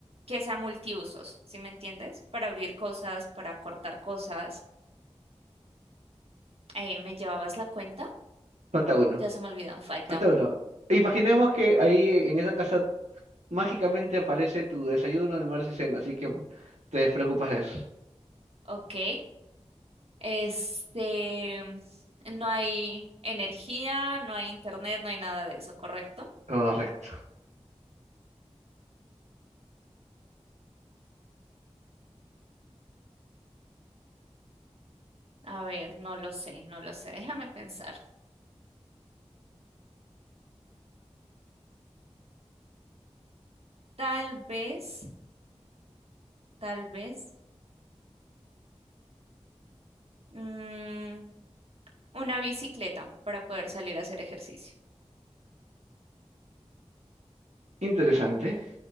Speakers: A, on the right (about 60°); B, on the right (about 80°).
A: que sea multiusos, ¿sí me entiendes? Para abrir cosas, para cortar cosas. Eh, ¿me llevabas la cuenta?
B: Falta uno.
A: Ya se me olvidó, falta
B: Falta
A: un.
B: uno. Imaginemos que ahí en esa casa mágicamente aparece tu desayuno, almuerzo y cena, así que te despreocupas de eso.
A: Ok, este, no hay energía, no hay internet, no hay nada de eso, ¿correcto?
B: Correcto.
A: A ver, no lo sé, no lo sé. Déjame pensar. Tal vez, tal vez, mm, una bicicleta para poder salir a hacer ejercicio.
B: Interesante,